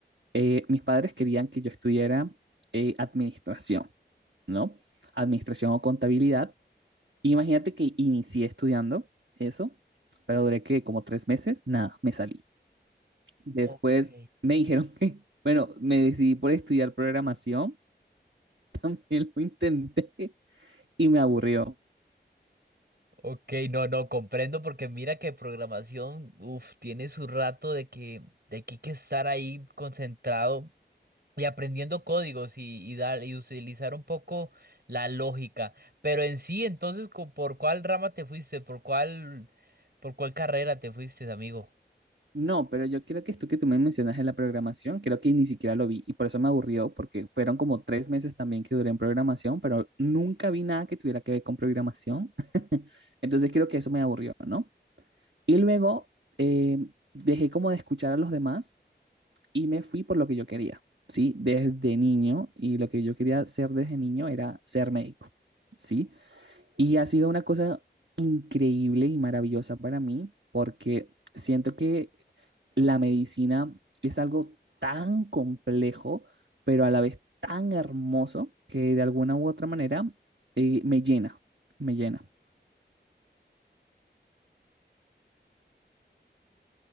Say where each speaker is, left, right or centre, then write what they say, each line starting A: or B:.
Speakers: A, on the right (about 80°); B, on the right (about 60°).
A: Eh, mis padres querían que yo estudiara eh, administración, ¿no? Administración o contabilidad Imagínate que inicié estudiando eso, pero duré que como tres meses, nada, me salí. Después
B: Ok.
A: me dijeron <laughs> que, bueno, me decidí por estudiar programación, <laughs> también lo intenté y me aburrió.
B: Ok, no, no, comprendo porque mira que programación, uff, tiene su rato de que, de que hay que estar ahí concentrado. y aprendiendo códigos y, y dar y utilizar un poco la lógica. Pero en sí, entonces, co- ¿por cuál rama te fuiste? ¿Por cuál, por cuál carrera te fuiste, amigo?
A: No, pero yo creo que esto que tú me mencionas en la programación, creo que ni siquiera lo vi y por eso me aburrió, porque fueron como tres meses también que duré en programación, pero nunca vi nada que tuviera que ver con programación. <laughs> Entonces creo que eso me aburrió, ¿no? Y luego eh, dejé como de escuchar a los demás y me fui por lo que yo quería, ¿sí? Desde niño, y lo que yo quería ser desde niño era ser médico, ¿sí? Y ha sido una cosa increíble y maravillosa para mí, porque siento que la medicina es algo tan complejo, pero a la vez tan hermoso, que de alguna u otra manera eh, me llena, me llena.